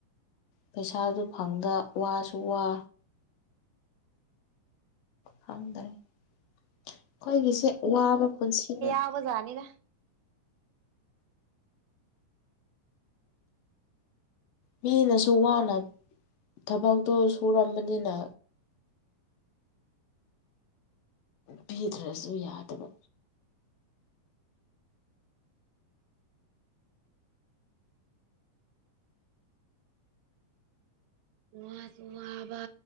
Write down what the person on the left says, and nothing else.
ꯄꯩꯁꯥꯁꯨ ꯐꯪꯗ ꯋꯥꯁꯨ ꯋꯥ ꯈꯪꯗ꯭ꯔꯦ ꯑꯩꯈꯣꯏꯒꯤꯁꯦ ꯋꯥꯕ ꯄꯨꯟꯁꯤꯅ
ꯃꯤꯅꯁꯨ ꯋꯥꯅ ꯊꯕꯛꯇꯣ ꯁꯨꯔꯝꯕꯅꯤꯅ ꯄꯤꯗ꯭ꯔꯁꯨ ꯌꯥꯗꯕ